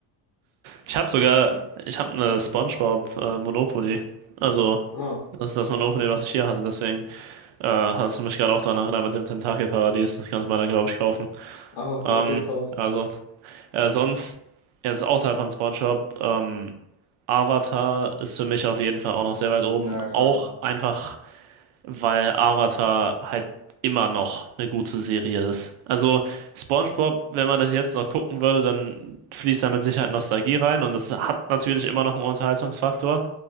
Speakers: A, on the right (about 80°); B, on the left (about 65°).
A: Ich habe sogar, ich habe eine SpongeBob äh, Monopoly. Also,
B: Ah,
A: das ist das Monopoly, was ich hier hatte. Deswegen äh, hast du mich gerade auch daran erinnert mit dem Tentakelparadies. Das kannst du mal da, glaube ich, kaufen.
B: ach, das,
A: Ähm,
B: okay, krass.
A: also. Ja, sonst, jetzt außerhalb von SpongeBob, ähm, Avatar ist für mich auf jeden Fall auch noch sehr weit oben.
B: Ja, klar,
A: Auch
B: klar.
A: einfach, weil Avatar halt immer noch eine gute Serie ist. Also SpongeBob, wenn man das jetzt noch gucken würde, dann fließt da mit Sicherheit Nostalgie rein und das hat natürlich immer noch einen Unterhaltungsfaktor.